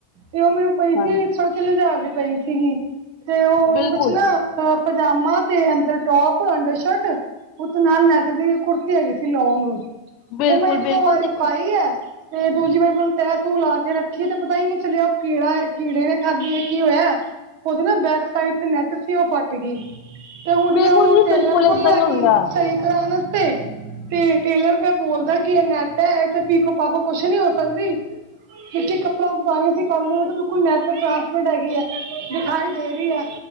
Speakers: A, on the right; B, on the left.
A: ਤੇ ਉਹ ਮੈਨੂੰ ਪਈ
B: ਹਾਂਜੀ।
A: ਸੀ ਸਾਢੇ ਤਿੰਨ ਹਜ਼ਾਰ ਦੀ ਪਈ ਸੀਗੀ ਤੇ ਉਹ
B: ਬਿਲਕੁਲ
A: ਕੁਛ ਨਾ ਰਾ ਪਜ਼ਾਮਾ ਤੇ ਅੰਦਰ ਟੋਪ ਅੰਡਰ ਸ਼ਰਟ। ਉਹ ਤੇ ਨਾਲ ਨੈਟ ਦੀ ਕੁੜਤੀ ਹੈਗੀ ਸੀ ਲੋਂਂਗ ਉਹ
B: ਬਿਲਕੁਲ
A: ਮੈਂ ਇੱਕੋ
B: ਬਿਲਕੁਲ
A: ਵਾਰੀ
B: ਦੇਖੋ
A: ਪਾਈ ਐ। ਫੇਰ ਦੂਜੀ ਵਾਰੀ ਮੈ ਉਣ ਤੈਅ ਤੂੰ ਲਾ ਕੇ ਰੱਖੀ ਤੇ ਪਤਾ ਈ ਨੀ ਚੱਲਿਆ ਉਹ ਕੀੜਾ ਐ ਕੀੜੇ ਨੇ ਖਾਧੀ ਏ ਕੀ ਹੋਇਆ। ਉਹਦੇ ਨਾ ਬੈਕ ਸਾਈਡ ਤੇ ਨੈਟ ਸੀ ਉਹ ਫੱਟ ਗੀ ਤੇ ਹੁਣ
B: ਬਿਲਕੁਲ
A: ਮੈਂ ਉਹ
B: ਜੀ
A: ਟੇਲਰ
B: ਬਿਲਕੁਲ ਏਦਾਂ
A: ਕੋਲ ਲੈ
B: ਹੀ ਹੁੰਦਾ।
A: ਗੀ। ਸਈ ਕਰਾਣ ਵਸਤੇ ਤੇ ਟੇਲਰ ਪਿਆ ਬੋਲਦਾ ਕਿ ਇਹ ਨੈਟ ਐ ਏਥੈ ਪੀਕੋ ਪਾਕੋ ਕੁਛ ਨੀ ਹੋ ਸਕਦੀ। ਕਿਥੇ ਕੱਪੜਾ ਉਗ ਗਾਣੇ ਸੀ ਕਰਨ ਬਿਲਕੁਲ ਮੈਟ ਟਰਾਂਸਮੇਟ ਹੈਗੀ ਐ ਦਿਖਾਈ ਦੇ ਰੀ ਐ।